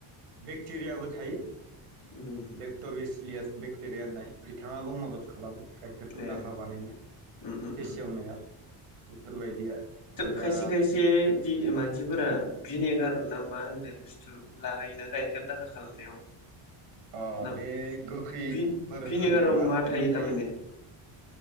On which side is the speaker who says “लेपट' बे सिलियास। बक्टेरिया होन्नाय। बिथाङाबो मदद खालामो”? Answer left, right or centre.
Right